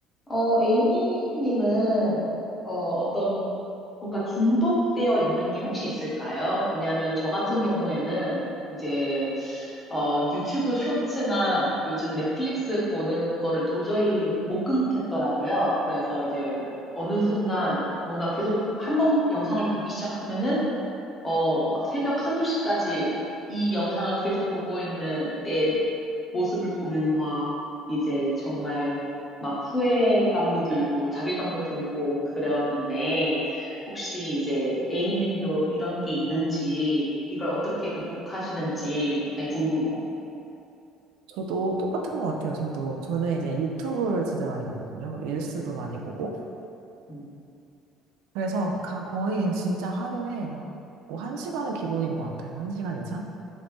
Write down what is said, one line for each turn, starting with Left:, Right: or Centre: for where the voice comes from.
Left: 어, 에이미님은, 어, 어떤, 뭔가 중독되어 있는 게 혹시 있을까요? 왜냐하면 저 같은 경우에는 이제, 어, 유튜브 쇼츠나 요즘 넷플릭스 보는 거를 도저히 못 끊겠더라고요. 그래서 이제 어느 순간 뭔가 계속 한번 영상을 보기 시작하면은, 어, 막 새벽 한두 시까지 이 영상을 계속 보고 있는 내 모습을 보면서 이제 정말 막 후회감도 들고 자괴감도 들고 그랬는데 혹시 이제 에이미 님도 이런 게 있는지 이걸 어떻게 극복하시는지 네, 궁금해요.
Right: 저도 똑같은 것 같아요. 저도 저는 이제 유튜브를 진짜 많이 보거든요. 그리고 릴스도 많이 보고
Left: 음.
Right: 그래서 가- 거의 진짜 하루에 뭐 한 시간은 기본인 것 같아요. 한 시간 이상?